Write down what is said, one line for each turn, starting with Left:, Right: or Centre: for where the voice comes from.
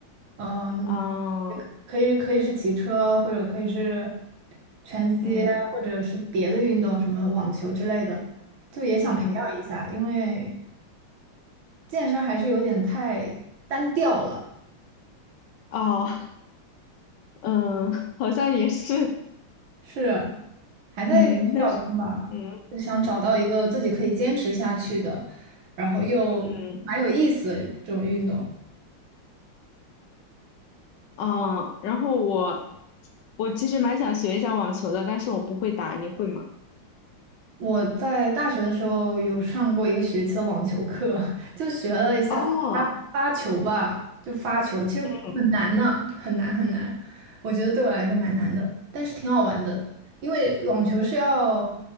Right: 嗯，
Left: 啊，
Right: 也可可以可以是骑车，或者可以是拳击，
Left: 嗯，
Right: 或者是别的运动，什么网球之类的，就也想培养一下，
Left: 嗯，
Right: 因为健身还是有点太单调了，
Left: 哦，嗯，好像也是。
Right: 是还在寻找中吧，
Left: 嗯，但是，嗯
Right: 就想找到一个自己可以坚持下去的，然后又蛮有意思的这种运动。
Left: 嗯啊，然后我我其实蛮想学一下网球的，但是我不会打，你会吗？
Right: 我在大学的时候有上过一个学期的网球课，<laughs> 就学了一下发
Left: 哦，
Right: 发球吧，就发球，其实很难呢，
Left: 嗯
Right: 很难很难。我觉得对我来说蛮难的，但是挺好玩的，因为网球是要